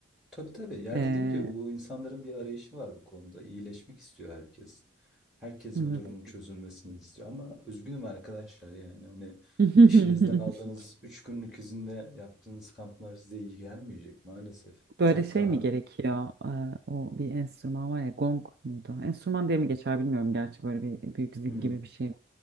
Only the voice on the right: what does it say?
Eee,
evet.
<laughs>
Böyle
şey
mi gerekiyor? Eee, o bir enstrüman var ya gong muydu? Enstrüman diye mi geçer bilmiyorum gerçi böyle bir büyük zil
gibi bir şey.